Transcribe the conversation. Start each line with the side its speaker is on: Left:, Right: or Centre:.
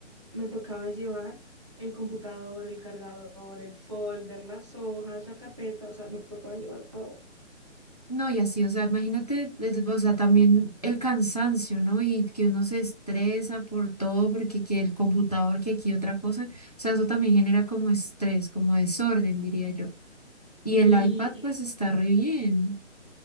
Right: me tocaba llevar el computador, el cargador, el folder, las hojas, la carpeta, o sea, me tocaba llevar todo.
Left: No, y así, o sea, imagínate, es- o sea, también el cansancio, ¿no? Y que uno se estresa por todo, porque que el computador, que aquí otra cosa, o sea, eso también genera como estrés, como desorden, diría yo. Y el
Right: Sí,
Left: iPad, pues está re bien.